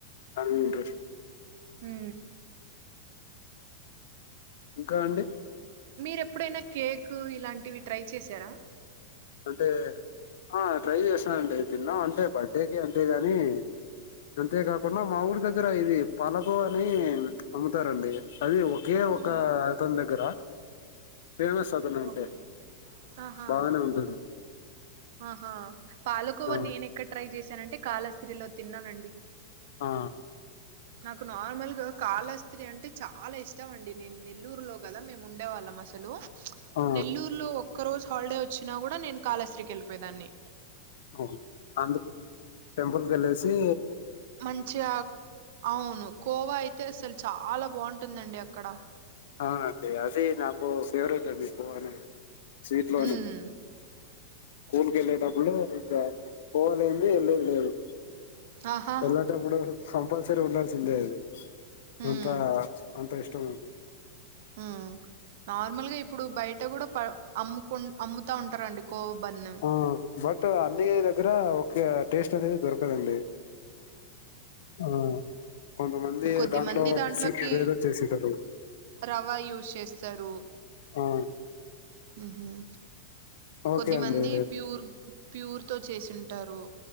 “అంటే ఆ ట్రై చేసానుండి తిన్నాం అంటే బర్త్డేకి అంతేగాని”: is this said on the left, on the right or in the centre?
Left